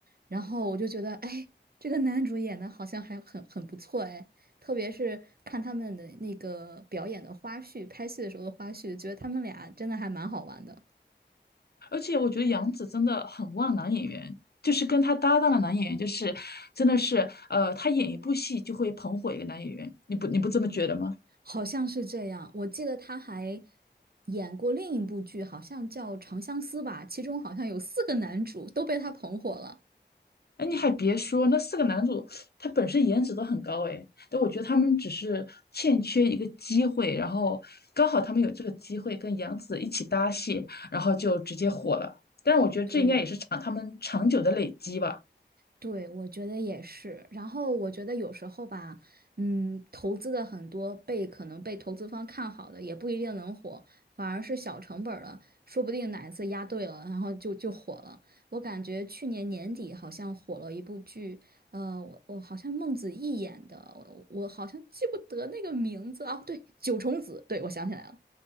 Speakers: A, on the right; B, on the left.
A: 然后我就觉得，哎，这个男主演的好像还很很不错，哎。特别是看他们的那个表演的花絮，拍戏的时候的花絮，觉得他们俩真的还蛮好玩的。
B: 而且我觉得杨紫真的很旺男演员，就是跟他搭档的男演员，就是真的是呃，他演一部戏就会捧火一个男演员，你不你不这么觉得吗？
A: 好像是这样。我记得他还演过另一部剧，好像叫《长相思》吧，其中好像有四个男主都被他捧火了。
B: 哎，你还别说，那四个男主他本身颜值都很高哎，但我觉得他们只是欠缺一个机会，然后刚好他们有这个机会跟杨紫一起搭戏，然后就直接火了。但是我觉得这应该也是长他们长久的累积吧。
A: 对，对，我觉得也是。然后我觉得有时候吧，嗯，投资的很多被可能被投资方看好的，也不一定能火，反而是小成本儿的，说不定哪一次押对了，然后就就火了。我感觉去年年底好像火了一部剧，呃，我我好像孟子义演的，我我好像记不得那个名字啊，对，《九重紫》，对，我想起来了。